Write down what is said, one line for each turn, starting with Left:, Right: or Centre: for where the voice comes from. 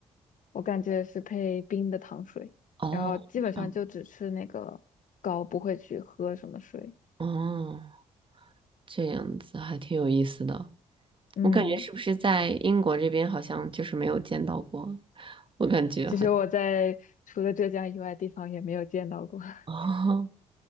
Left: 我感觉是配冰的糖水，
Right: 哦，
Left: 然后基本上就只吃那个膏，
Right: 上
Left: 不会去喝什么水。
Right: 哦，这样子还挺有意思的。
Left: 嗯，
Right: 我感觉是不是在英国这边好像就是没有见到过？我感觉好像
Left: 其实我在除了浙江以外地方也没有见到过 <laughs>
Right: 哦，<laughs>